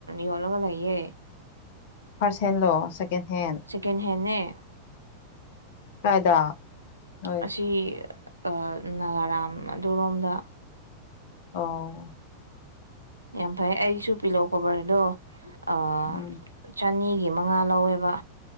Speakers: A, on the right (about 85°); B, on the left (about 50°).
A: ꯌꯣꯜꯂꯒ ꯂꯩꯌꯦꯦ
B: ꯐꯥꯔꯁ ꯍꯦꯟꯂꯣ꯫ ꯀꯦꯟꯍꯦꯟ꯫
A: ꯁꯦꯀꯦꯟ ꯍꯦꯟꯅꯦ
B: ꯀꯥꯏꯗ ꯅꯣꯏ
A: ꯑꯁꯤꯁꯤ ꯑꯝ ꯅꯥꯒꯥꯔꯥꯝ ꯑꯗꯨꯔꯣꯝꯗ
B: ꯑꯣ꯫
A: ꯌꯥꯝ ꯐꯩ ꯑꯩꯁꯨ ꯄꯤꯜꯂꯣ ꯀꯣꯕꯔꯗꯣ ꯑꯥ꯫
B: ꯎꯝ
A: ꯆꯅꯤꯒꯤ ꯃꯉꯥ ꯂꯧꯋꯦꯕ